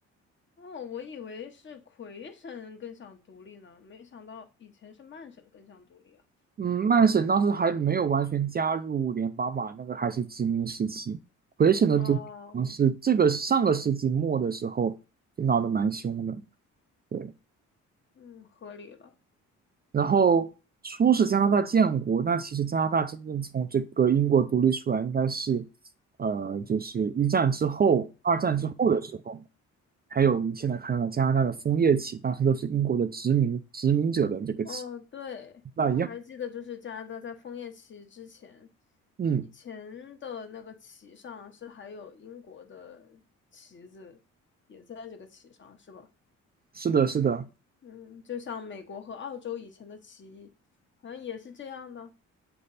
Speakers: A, on the left; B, on the right.
A: 哦，我以为是魁省更想独立呢，没想到以前是曼省更想独立啊。
B: <laughs> 嗯，曼省当时还没有完全加入联邦吧，那个还是殖民时期。魁省的独立好像是这个上个世纪末的时候就闹得蛮凶的。
A: 哦，
B: 对
A: 嗯，合理了。
B: 然后初是加拿大建国，但其实加拿大真正从这个英国独立出来，应该是，呃，就是一战之后、二战之后的时候，还有我们现在看到的加拿大的枫叶旗，当时都是英国的殖民殖民者的这个旗，
A: 哦，对，
B: 那一样。
A: 我还记得，就是加拿大在枫叶旗之前，
B: 嗯，
A: 以前的那个旗上是还有英国的旗子，也在这个旗上，是吧？
B: 是的，是的，
A: 嗯，就像美国和澳洲以前的旗，好像也是这样的。